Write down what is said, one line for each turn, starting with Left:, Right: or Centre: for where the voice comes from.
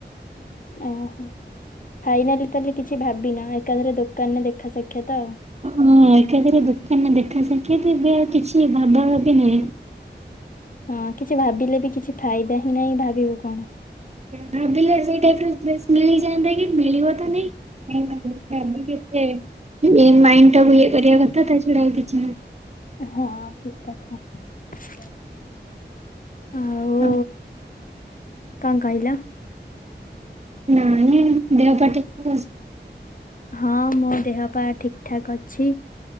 Left: ଓହୋ ଫାଇନାଲି ତାହେଲେ କିଛି ଭାବିିନ ଏକାଥରେ ଦୋକାନରେ ଦେଖା ସାକ୍ଷାତ ଆଉ।
Right: ହଁ ଏକାଥରେ ଦୋକାନରେ ଦେଖା ସାକ୍ଷତ ଏବେ ଆଉ କିଛି ଭାଗଭାବି ନାହିଁ।
Left: ହଁ କିଛି ଭାବିଲେ ବି କିଛି ଫାଇଦା ହିଁ ନାହିଁ ଭାବିବୁ କଣ।
Right: ଭାବିଲେ ସେଇ ଟାଇପର ଡ୍ରେସ ମିଳିଯାଆନ୍ତା କି ମିଳିବ ତ ନେଇଁ। ଏଇ ମାଇଣ୍ଡଟାକୁ ଇଏ କରିବା କଥା ତା ଛଡା ଆଉ କିଛି ନୁହଁ।
Left: ଏ ହଁ ଠିକ କଥା। ଆଉ
Right: ଅହଁ।
Left: କଣ କହିଲ?
Right: ନାଇଁ ଦେହପାଆ ଠିକ ଠାକ ଅଛି?
Left: ହଁ ମୋ ଦେହପାଆ ଠିକ ଠାକ୍ ଅଛି।